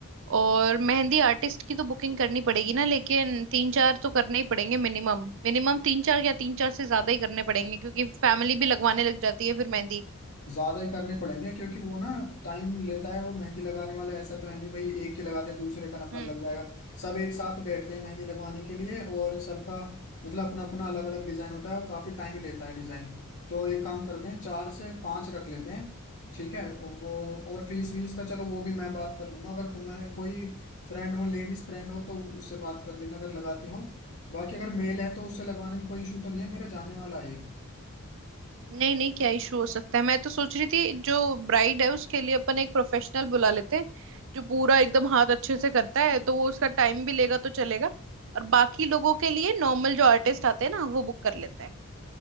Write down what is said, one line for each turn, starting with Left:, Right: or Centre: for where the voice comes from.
Right: और मेहंदी आर्टिस्ट की तो बुकिंग करनी पड़ेगी ना लेकिन तीन चार तो करने ही पड़ेंगे मिनिमम मिनिमम तीन चार या तीन चार से ज्यादा ही करने पड़ेंगे क्योंकि फैमिली भी लगवाने लग जाती है फिर मेहंदी
Left: ज्यादा ही करने पड़ेंगे क्योंकि वो ना टाइम लेता है वो मेहंदी लगाने वाला ऐसा तो है नहीं भाई एक की लगा दिया दूसरे का नंबर
Right: हम्म।
Left: लग जाएगा सब एक साथ बैठते हैं मेहंदी लगवाने के लिए और सबका मतलब अपना अपना अलग अलग डिजाइन होता है और काफी टाइम लेता है डिजाइन तो एक काम करते हैं चार से पांच रख लेते हैं ठीक है वो और फीस वीस का चलो वो भी मैं बात कर लूंगा अगर तुम्हें कोई फ्रेंड हो लेडीज फ्रेंड हो तो उससे बात कर लेना अगर लगाती हो बाकी अगर मेल है तो उससे लगवाने में कोई इशू तो नहीं है मेरा जानने वाला है एक
Right: नहीं नहीं क्या इशू हो सकता है मैं तो सोच रही थी जो ब्राइड है उसके लिए अपन एक प्रोफेशनल बुला लेते हैं जो पूरा एकदम हाथ अच्छे से करता है तो वो उसका टाइम भी लेगा तो चलेगा और बाकी लोगों के लिए नॉर्मल जो आर्टिस्ट आते हैं ना वो बुक कर लेते हैं